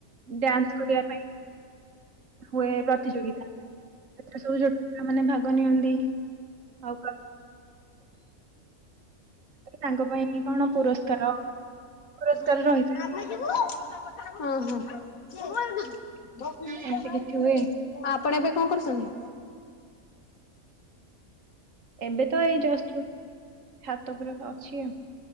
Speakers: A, on the right (about 65°); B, on the left (about 75°).
A: ଡ୍ୟାନ୍ସ କରିବା ପାଇଁ ହୁଏ, ପ୍ରତିଯୋଗିତା ସେଥିରେ ସବୁ ଛୋଟ ପିଲା ମାନ ଭାଗ ନିଅନ୍ତି ଆଉ ତାଙ୍କ ପାଇଁ କଣ ପୁରସ୍କାର ପୁରସ୍କାର
B: ହଁ
A: ରହିଥାଏ
B: <unintelligible>
A: ଏମିତି କିଛି ହୁଏ
B: ଆପଣ ଏବେ କଣ କରୁଛନ୍ତି?
A: ଏବେ ତ ଏଇ ଯ ଛାତ ଉପରେ ଅଛି ଆଉ